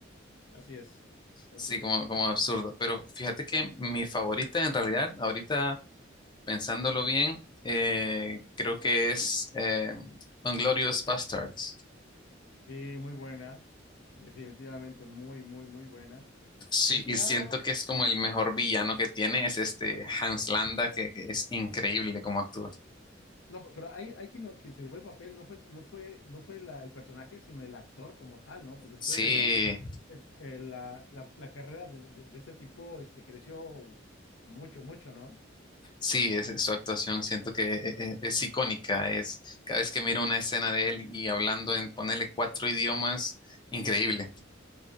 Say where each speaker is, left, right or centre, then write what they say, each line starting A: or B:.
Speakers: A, on the left; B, on the left.
A: así es, así
B: Sí,
A: es.
B: como, como absurdo. Pero fíjate que mi favorita en realidad, ahorita... pensándolo bien, eh, creo que es eh, Inglorious Bastards.
A: Sí, muy buena, definitivamente muy, muy, muy buena.
B: Sí,
A: Está,
B: Y siento que es como el mejor villano que tiene, es este Hans Landa, que, que es increíble cómo actúa.
A: no, pe- pero hay, hay quien, quien se llevó el papel, no fue, no fue, no fue la- el personaje, sino el actor como tal, ¿no? Pues después
B: Sí,
A: de ahí, eh, eh, la, la- la carrera de, de, de este tipo, este, creció mucho, mucho, ¿no?
B: sí, es, su actuación siento que e- e- es, icónica, es cada vez que miro una escena de él y hablando en ponerle cuatro idiomas, increíble.